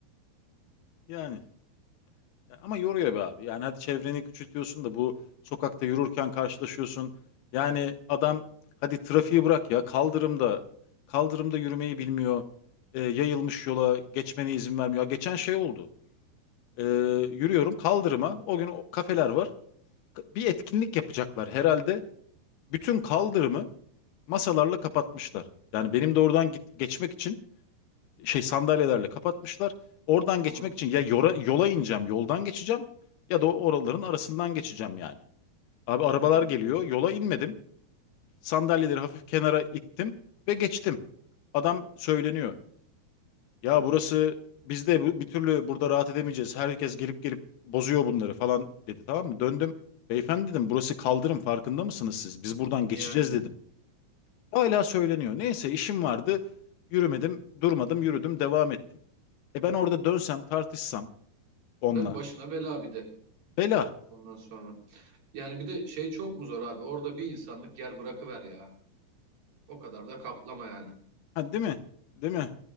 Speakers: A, on the left; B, on the right.
A: Yani ya ama yoruyor be abi. Yani hadi çevreni küçültüyorsun da bu sokakta yürürken karşılaşıyorsun. Yani adam hadi trafiği bırak ya kaldırımda kaldırımda yürümeyi bilmiyor. E, yayılmış yola geçmene izin vermiyor. Ya Geçen şey oldu. E, yürüyorum kaldırıma. O gün o kafeler var. K- Bir etkinlik yapacaklar herhalde. Bütün kaldırımı masalarla kapatmışlar. Yani benim de oradan git- geçmek için şey sandalyelerle kapatmışlar. Oradan
B: Hı
A: geçmek
B: hı,
A: için ya yora, yola ineceğim, yoldan geçeceğim ya da o oraların arasından geçeceğim yani. Abi arabalar
B: hı hı.
A: geliyor, yola inmedim. Sandalyeleri hafif kenara ittim ve geçtim. Adam söyleniyor. Ya burası biz de bu, bir türlü burada rahat edemeyeceğiz. Herkes gelip gelip bozuyor bunları falan dedi tamam mı? Döndüm. Beyefendi dedim burası kaldırım farkında mısınız siz? Biz buradan geçeceğiz
B: Yani
A: dedim. Hala söyleniyor. Neyse işim vardı. Yürümedim, durmadım, yürüdüm, devam ettim. E ben orada dönsem tartışsam onunla.
B: tabii başına bela bir de
A: Bela.
B: ondan sonra. Yani bir de şey çok mu zor abi? Orada bir insanlık yer bırakıver ya. O kadar da kaplama yani.
A: Ha, değil mi? Değil mi?